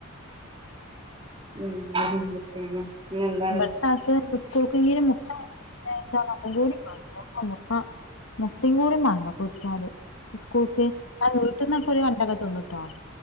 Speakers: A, on the right; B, on the left.
A: ഉം <unintelligible> <unintelligible> പിന്നെന്താ
B: ഇവിടുത്തെ ആക്ക് സ്കൂൾക്ക് ഇങ്ങനെ മുട്ട <unintelligible> ആഹ് മുട്ട മുട്ടേം കൂടി മാണ്ട പൊരിച്ചാല് ഉസ്കൂൾക്ക് വീട്ട്ന്നൊക്കെ ഒരു വേണ്ടൊക്കെ തിന്നുട്ടോ